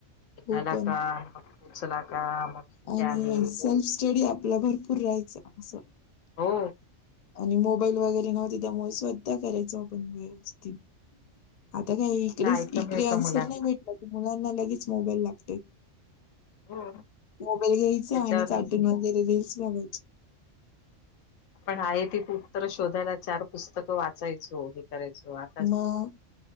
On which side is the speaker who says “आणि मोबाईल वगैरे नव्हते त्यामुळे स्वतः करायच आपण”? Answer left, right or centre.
Left